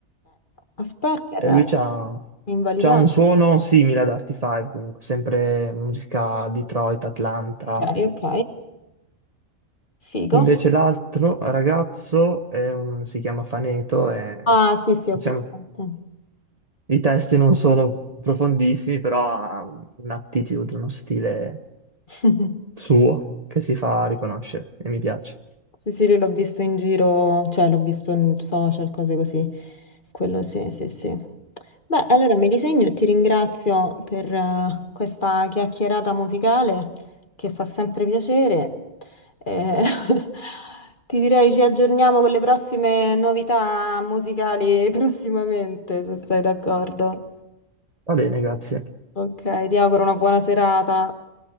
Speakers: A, on the left; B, on the right.
A: aspetta, era
B: E lui c'ha,
A: invalidato.
B: c'ha un suono simile ad Artie 5, comunque, sempre musica Detroit, Atlanta.
A: Ok, ok, figo.
B: Invece l'altro ragazzo è un- si chiama Faneto e
A: Ah, sì, sì,
B: diciamo
A: ho presente.
B: i testi non sono profondissimi, però ha un'attitude, uno stile
A: <laughs>
B: suo che si fa riconoscere e mi piace.
A: Sì, sì, lui l'ho visto in giro, cioè l'ho visto in social, cose così. Quello sì, sì, sì. Beh, allora mi disegno e ti ringrazio per eh, questa chiacchierata musicale che fa sempre piacere. Eh, <laughs> ti direi ci aggiorniamo con le prossime novità musicali <laughs> prossimamente, se sei d'accordo.
B: Va bene, grazie.
A: Ok, ti auguro una buona serata.